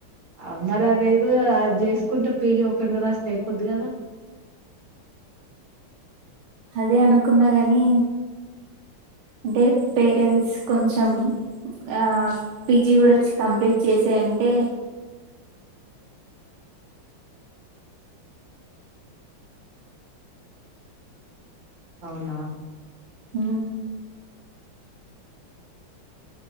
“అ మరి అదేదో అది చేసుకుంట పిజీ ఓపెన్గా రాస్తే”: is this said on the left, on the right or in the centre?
Right